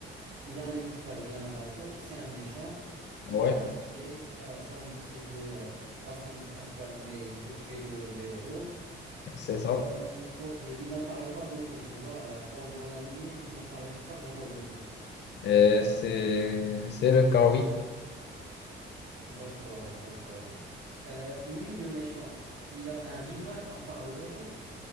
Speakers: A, on the right (about 75°); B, on the left (about 60°).
A: il a un équipage, il a un bateau, c'est un méchant,
B: ouais,
A: il a un pistolet. euh, son but, c'est de... euh, pas son but principal, mais il veut tuer le, le héros.
B: c'est ça.
A: Euh, ok, il n'apparaît pas beaucoup, tu vois. euh, pendant l'animé, il n'apparaît pas vraiment beaucoup.
B: Euh, c'est, c'est le cas, oui.
A: D'accord, d'accord. Euh, lui, le méchant, il a un rival à part le héros.